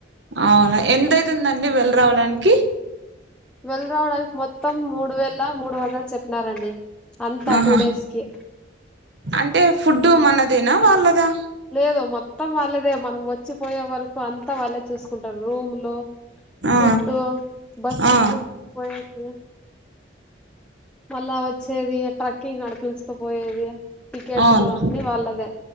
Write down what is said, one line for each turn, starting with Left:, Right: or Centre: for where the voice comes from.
Right: అవునా ఎంతైతుందండి వెళ్లి రావడానికి
Centre: వెళ్ళి రావడానికి మొత్తం మూడు వేల మూడు వందాలు చెప్పినారండి. అంతా
Right: ఆహా
Centre: టూ డేస్ కి
Right: అంటే ఫుడ్ మనదేనా వాళ్ళదా
Centre: లేదు మొత్తం వాళ్ళదే మనం వచ్చిపోయే వరకు అంత వాళ్ళ చేసుకుంటారు రూమ్ లో ఫుడ్
Right: ఆ
Centre: బస్సు
Right: ఆ
Centre: ఎక్కడికి పోయేది మళ్ళా వచ్చేది ట్రెక్కింగ్ ఆడ పలుసుకుపోయేది టికెట్స్
Right: అవును
Centre: అన్ని వాళ్ళదే